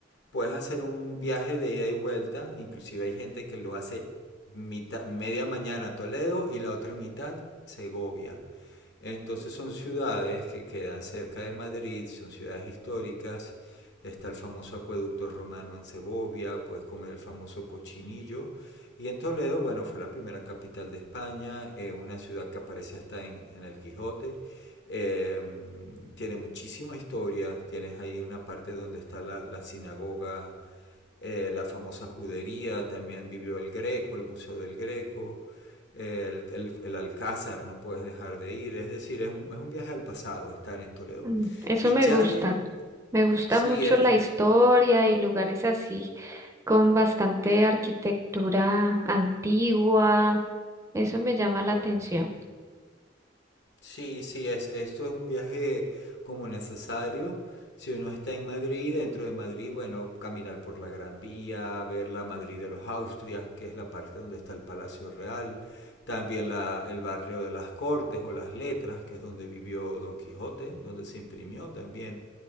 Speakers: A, on the left; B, on the right.
A: puedes hacer un viaje de ida y vuelta. Inclusive hay gente que lo hace mitad, media mañana a Toledo y la otra mitad Segovia. Entonces son ciudades que quedan cerca de Madrid, son ciudades históricas. Está el famoso acueducto romano en Segovia, puedes comer el famoso cochinillo. Y en Toledo, bueno, fue la primera capital de España, es una ciudad que aparece hasta en, en el Quijote. Eh, tiene muchísima historia, tienes ahí una parte donde está la, la sinagoga eh, la famosa judería, también vivió el Greco, el Museo del Greco, el, el, el Alcázar, no puedes dejar de ir, es decir, es un, es un viaje al pasado estar en Toledo.
B: Mm, Eso
A: Y
B: me
A: ya
B: gusta.
A: de,
B: Me gusta
A: sí,
B: mucho
A: es...
B: la historia y lugares así, con bastante arquitectura antigua. Eso me llama la atención.
A: Mm. Sí, sí, es, esto es un viaje como necesario. Si uno está en Madrid, dentro de Madrid, bueno, caminar por la Gran Vía, ver la Madrid de los Austrias, que es la parte donde está el Palacio Real, también la- el barrio de las Cortes o las Letras, que es donde vivió Don Quijote, donde se imprimió también